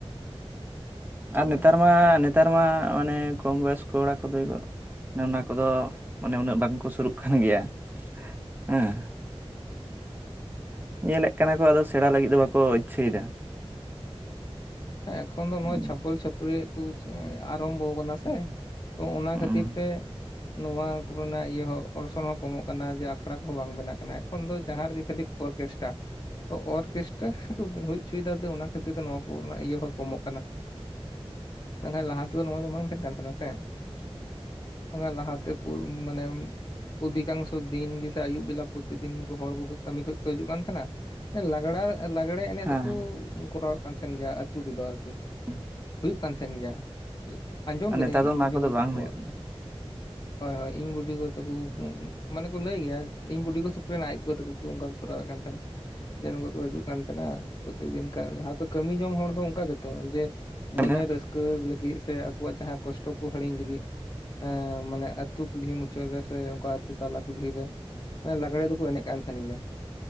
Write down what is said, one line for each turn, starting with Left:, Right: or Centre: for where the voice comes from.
Left: ᱦᱳᱭ
Right: ᱟᱨ ᱱᱮᱛᱟᱨ ᱢᱟ ᱱᱮᱛᱟᱨ ᱢᱟ ᱢᱟᱱᱮ ᱠᱚᱢ ᱵᱚᱭᱚᱥ ᱠᱚ ᱚᱲᱟ ᱠᱚᱫᱚ ᱚᱱᱟ ᱠᱚᱫᱚ ᱢᱟᱱᱮ ᱩᱱᱟᱹᱜ ᱵᱟᱝᱠᱚ ᱥᱩᱨᱩᱜ ᱠᱟᱱ ᱜᱮᱭᱟ᱾ ᱦᱮᱸ ᱧᱮᱞᱮᱫ ᱠᱟᱱᱟ ᱠᱚ ᱟᱫᱚ ᱥᱮᱬᱟ ᱞᱟᱹᱜᱤᱫ ᱫᱚ ᱵᱟᱠᱚ ᱤᱪᱪᱷᱟᱹᱭᱮᱫᱟ᱾
Left: ᱮᱠᱷᱚᱱ ᱫᱚ
Right: ᱦᱩᱸ
Left: ᱱᱚᱜᱼᱚᱭ ᱪᱷᱟᱯᱚᱞ ᱪᱷᱟᱹᱯᱨᱤ ᱟᱨᱟᱢᱵᱷᱚ ᱠᱟᱱᱟ ᱥᱮ ᱛᱚ ᱚᱱᱟ
Right: ᱦᱮᱸ
Left: ᱠᱷᱟᱹᱛᱤᱨ ᱛᱮ ᱱᱚᱣᱟ ᱠᱚᱨᱮᱱᱟᱜ ᱤᱭᱟᱹ ᱦᱚᱸ ᱚᱨᱥᱚᱝ ᱦᱚᱸ ᱠᱚᱢᱚᱜ ᱠᱟᱱᱟ, ᱡᱮ ᱟᱠᱷᱲᱟ ᱠᱚᱦᱚᱸ ᱵᱟᱝ ᱵᱮᱱᱟᱜ ᱠᱟᱱᱟ ᱮᱠᱷᱚᱱ ᱫᱚ ᱡᱟᱦᱟᱸ ᱨᱮᱜᱮ ᱠᱷᱟᱹᱞᱤ ᱚᱨᱠᱮᱥᱴᱨᱟ ᱛᱚ ᱚᱨᱠᱮᱥᱴᱟᱨ ᱦᱩᱭ ᱦᱚᱪᱚᱭᱮᱫᱟ ᱚᱱᱟ ᱠᱷᱟᱹᱛᱤᱨ ᱛᱮ ᱱᱚᱣᱟ ᱠᱚ ᱨᱮᱱᱟᱜ ᱤᱭᱟᱹ ᱦᱚᱸ ᱠᱚᱢᱚᱜ ᱠᱟᱱᱟ᱾ ᱢᱮᱱᱠᱷᱟᱱ ᱞᱟᱦᱟ ᱛᱮᱫᱚ ᱱᱚᱣᱟ ᱫᱚ ᱵᱟᱝ ᱛᱟᱦᱮᱸ ᱠᱟᱱ ᱛᱟᱦᱮᱱᱟ ᱥᱮ
Right: <inaudible>
Left: <unintelligible> ᱞᱟᱦᱟᱛᱮ <unintelligible> ᱢᱟᱱᱮ ᱚᱫᱷᱤᱠᱟᱝᱥᱚ ᱫᱤᱱ ᱜᱮᱥᱮ ᱟᱭᱩᱵ ᱵᱮᱞᱟ ᱯᱨᱚᱛᱤᱫᱤᱱ ᱦᱚᱲ ᱠᱚ ᱠᱟᱹᱢᱤ ᱠᱷᱚᱡ ᱠᱚ ᱦᱤᱡᱩᱜ ᱠᱟᱱ ᱛᱟᱦᱮᱸᱱᱟ᱾ ᱞᱟᱜᱽᱲᱟ ᱞᱟᱜᱽᱲᱮ
Right: ᱦᱮᱸ
Left: ᱮᱱᱮᱡ ᱫᱚᱠᱚ ᱠᱚᱨᱟᱣᱮᱫ ᱠᱟᱱ ᱛᱟᱦᱮᱱ ᱜᱮᱭᱟ ᱟᱹᱛᱩ ᱨᱮᱫᱚ ᱟᱨᱠᱤ
Right: ᱦᱮᱸ
Left: ᱦᱩᱭᱩᱜ ᱠᱟᱱ ᱛᱟᱦᱮᱸᱱ ᱜᱮᱭᱟ ᱟᱸᱡᱚᱢ ᱠᱟᱹᱫᱤᱧ
Right: ᱱᱮᱛᱟᱨ ᱫᱚ
Left: ᱤᱧ
Right: ᱚᱱᱟ
Left: ᱵᱩᱰᱤ
Right: ᱠᱚᱫᱚ
Left: ᱜᱚ
Right: ᱵᱟᱝ
Left: ᱛᱟᱠᱚᱣᱟᱜ
Right: ᱦᱩᱭᱩᱜ
Left: ᱦᱳᱭ ᱦᱳᱭ ᱤᱧ ᱵᱩᱰᱤᱜᱚ ᱛᱟᱠᱚ ᱢᱟᱱᱮ ᱠᱚ ᱞᱟᱹᱭ ᱜᱮᱭᱟ ᱤᱧ ᱵᱩᱰᱤᱜᱚ ᱥᱩᱠᱨᱤ ᱨᱮᱱ ᱟᱡᱜᱚ ᱛᱟᱠᱚ ᱚᱱᱠᱟ ᱠᱚᱨᱟᱣ ᱠᱟᱱ ᱛᱟᱦᱮᱱᱟ ᱡᱮ ᱱᱚᱝᱠᱟ ᱠᱚ ᱦᱤᱡᱩᱜ ᱠᱟᱱ ᱛᱟᱦᱮᱱᱟ ᱯᱨᱚᱛᱤᱫᱤᱱ ᱞᱟᱦᱟᱛᱮ ᱠᱟᱹᱢᱤ ᱡᱚᱝ ᱦᱚᱲ ᱫᱚ ᱚᱱᱠᱟ ᱜᱮᱛᱚ ᱡᱮ
Right: ᱠᱟᱱᱟ
Left: ᱢᱚᱱᱮ ᱨᱟᱹᱥᱠᱟᱹ ᱞᱟᱹᱜᱤᱫ ᱥᱮ ᱟᱠᱚᱣᱟᱜ ᱡᱟᱦᱟᱸ ᱠᱚᱥᱴᱚ ᱠᱚ ᱦᱤᱲᱤᱧ ᱞᱟᱹᱜᱤᱫ ᱮ ᱢᱟᱱᱮ ᱟᱹᱛᱩ ᱠᱩᱞᱦᱤ ᱢᱩᱪᱟᱹᱫ ᱨᱮᱥᱮ ᱚᱱᱠᱟ ᱟᱹᱛᱩ ᱛᱟᱞᱟ ᱠᱩᱞᱦᱤ ᱨᱮ ᱞᱟᱜᱽᱲᱮ ᱫᱚᱠᱚ ᱮᱱᱮᱡ ᱠᱟᱱ ᱛᱟᱦᱮᱱ ᱜᱮᱭᱟ᱾